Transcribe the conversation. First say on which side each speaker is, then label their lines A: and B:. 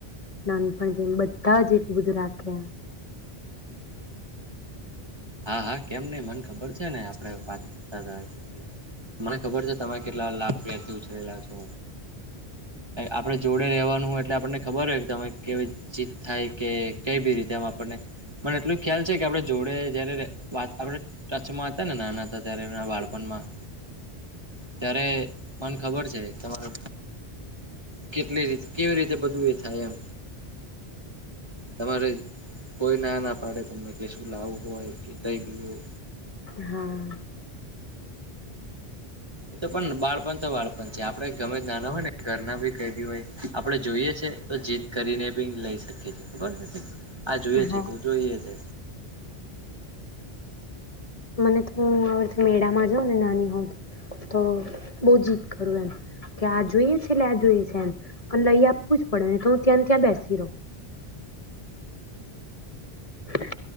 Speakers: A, on the left; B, on the right.
A: નાનપણથી બધા જ એટલું બધું રાખે.
B: હા હા કેમ નહીં મને ખબર છે ને આપણે વાત કરતા હતા મને ખબર છે તમે કેટલા લાભ પ્રેમથી ઉછરેલા છો આપડે જોડે રેવાનું હોય એટલે આપણને ખબર હોય. તમે કેવી જીત થાય કે કઈ બી રીતે આપણને મને એટલું ખ્યાલ છે કે આપણે જોડે જયારે વાત આપે ટચમાં હતા ને નાના ત્યારે એમના બાળપણમાં ત્યારે મન ખબર છે તમારે કેટલી રીતે કેવી રીતે બધું એ થાય એમ તમારે કોઈ ના ના પાડે તમને કે શું લાવું હોય કે કઈ બી
A: હા.
B: એ તો પણ બાળપણ તો બાળપણ છે આપણે ગમે નાના હોય ને ઘરના બી કઈ બી હોય આપણે જોઈએ છે તો જીત કરીને બી લઈ શકીએ છીએ ખબર છે. આ જોઈએ
A: હા
B: છે તો જોઈએ છે.
A: મને તો હું આ <unintelligible> મેળામાં જાઉં ને નાની હોવુ તો બહુ જીદ કરું એમ કે આ જોઈએ છે એટલે આ જોઈએ છે એમ અને લઈ આપવું જ પડેને તો હું ત્યાં ત્યાં બેસી રહું. <inaudible>